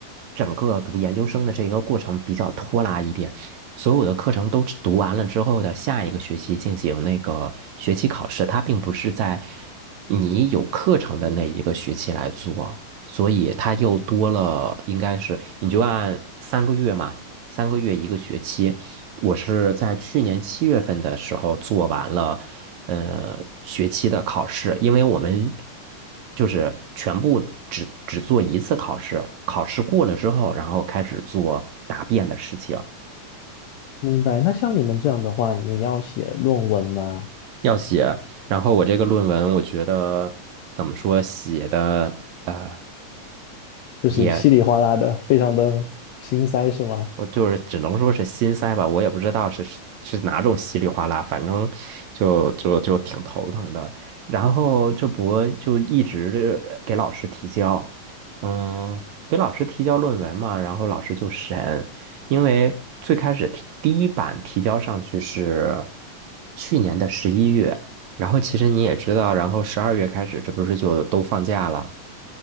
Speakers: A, on the right; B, on the left.
A: 整个读研究生的这个过程比较拖拉一点。所有的课程都读完了之后的下一个学期进行那个学期考试，它并不是在你有课程的那一个学期来做。所以它又多了，应该是你就按三个月嘛，三个月一个学期。我是在去年七月份的时候做完了，呃，学期的考试，因为我们就是全部只只做一次考试，考试过了之后，然后开始做答辩的事情，
B: 明白。那像你们这样的话，你要写论文吗？
A: 要写。然后我这个论文，我觉得怎么说，写的呃。
B: 就是稀里哗啦的，
A: 也。
B: 非常的心塞是吗？
A: 我就是只能说是心塞吧，我也不知道是是是哪种稀里哗啦，反正就就就挺头疼的。然后这不就一直呃给老师提交，嗯，给老师提交论文嘛，然后老师就审，因为最开始提第一版提交上去是去年的十一月，然后其实你也知道，然后十二月开始，这不是就都放假了。